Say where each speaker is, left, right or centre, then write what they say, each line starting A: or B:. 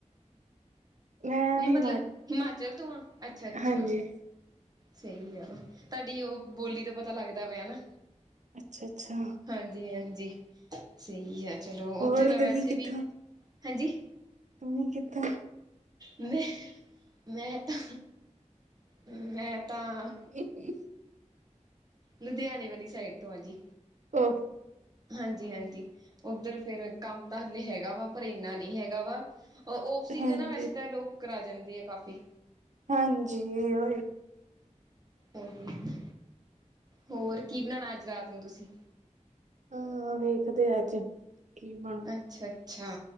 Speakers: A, on the right; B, on the right.
A: ਮੈਂ
B: ਨੀ
A: ਹਿਮਾ
B: ਮਤਲਬ ਹਿਮਾਚਲ ਤੋਂ ਆ, ਅੱਛਾ ਅੱਛਾ?
A: ਹਾਂਜੀ
B: ਸਹੀ ਆ, ਤੁਹਾਡੀ ਉਹ ਬੋਲੀ ਤੋਂ ਪਤਾ ਲੱਗਦਾ ਪਿਆ ਨਾ।
A: ਅੱਛਾ ਅੱਛਾ
B: ਹਾਂਜੀ ਹਾਂਜੀ ਸਹੀ ਆ ਚਲੋ
A: ਹੋਰ
B: ਉੱਥੇ ਤਾਂ ਵੈਸੇ
A: ਤੁਸੀਂ ਕਿੱਥੋਂ
B: ਵੀ, ਹਾਂਜੀ
A: ਤੁਸੀਂ ਕਿੱਥੋਂ
B: ਮੈਂ ਮੈਂ ਤਾਂ ਹੂੰ ਮੈਂ ਤਾਂ
A: ਹੂੰ
B: ਲੁਧਿਆਣੇ ਵਾਲੀ ਸਾਈਡ ਤੋਂ ਆ ਜੀ।
A: ਹੂੰ।
B: ਹਾਂਜੀ- ਹਾਂਜੀ। ਉੱਧਰ ਫੇਰ ਕੰਮ ਤਾਂ ਹਲੇੇ ਹੈਗਾ ਵਾ ਪਰ ਇੰਨਾ ਨਹੀਂ ਹੈਗਾ ਵਾ। ਅ ਓਫਸੀਜਨ
A: ਹਾਂਜੀ
B: ਆ। ਵੈਸੇ ਤਾਂ ਏ ਲੋਕ ਕਰਾ ਜਾਂਦੇ ਆ ਕਾਫੀ।
A: ਹਾਂਜੀ ਓਹੀ
B: ਹੋਰ ਕੀ, ਹੋਰ ਕੀ ਬਣਾਣਾ ਅੱਜ ਰਾਤ ਨੂੰ ਤੁਸੀਂ?
A: ਹਾ, ਵੇਖਦੇ ਆ ਅੱਜ ਕੀ ਬਣੂ
B: ਅੱਛਾ-ਅੱਛਾ।